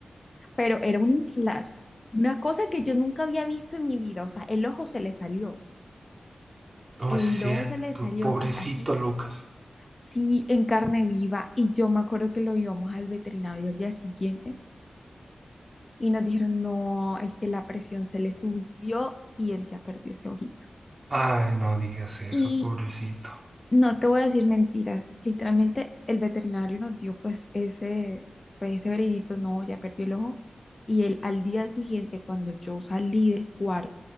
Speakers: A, on the left; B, on the right.
A: Pero era un inflazo, una cosa que yo nunca había visto en mi vida. O sea, el ojo se le salió,
B: No
A: el
B: es cierto,
A: ojo se le salió
B: pobrecito
A: así, así,
B: Lucas.
A: sí, en carne viva. Y yo me acuerdo que lo llevamos al veterinario al día siguiente y nos dijeron, no, es que la presión se le subió y él ya perdió ese ojito.
B: Ay, no digas eso,
A: Y
B: pobrecito.
A: No te voy a decir mentiras. Literalmente el veterinario nos dio pues ese, pues ese veredicto, no, ya perdió el ojo. Y él al día siguiente, cuando yo salí del cuarto,